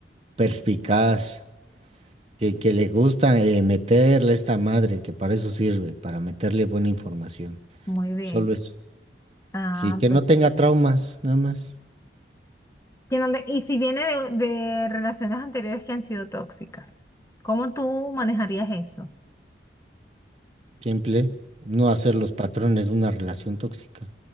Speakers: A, on the right; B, on the left.
A: perspicaz, que, que le gusta eh, meterle a esta madre, que para eso sirve, para meterle buena información.
B: muy bien.
A: Solo eso.
B: Ah,
A: Y que
B: per-
A: no tenga traumas, nada más.
B: ¿Y dónde- y si viene de, de relaciones anteriores que han sido tóxicas, ¿cómo tú manejarías eso?
A: Simple, no hacer los patrones de una relación tóxica.